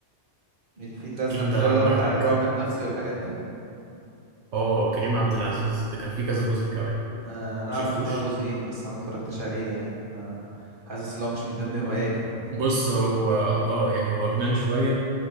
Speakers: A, on the right (about 50°); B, on the right (about 80°).
A: الفيل الازرق
B: اكيد
A: مش
B: ده
A: ده اللي
B: عدى
A: هو بتاع
B: عليك
A: الرعب النفسي والحاجات ده
B: اه كريم عبد العزيز ده كان فيه كذا جزء كمان
A: آه... انا
B: ما
A: اعرف
B: شفتوش
A: ان هو جزئين بس انا ما اتفرجتش عليه يعني ما حاسس ان هو مش من ضمن هواياتي فاهمني
B: بص هو اه يعني هو جنان شوية